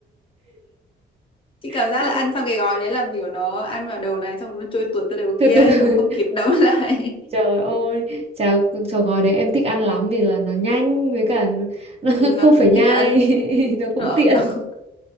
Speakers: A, on the left; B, on the right.
A: chị cảm
B: <laughs>
A: giác là ăn xong cái gói đấy là kiểu nó ăn vào đầu này xong nó trôi tuột tới đầu
B: từ
A: kia
B: từ
A: ấy
B: từ.
A: nó không kịp đậu lại
B: Trời ơi, chả, chả gói đấy em thích ăn lắm vì là nó nhanh với cả nó
A: <laughs>
B: nó <laughs>
A: ừ, nó
B: không phải
A: cũng
B: nhai,
A: tiện
B: <laughs> nó cũng
A: Ờ,
B: tiện.
A: <laughs>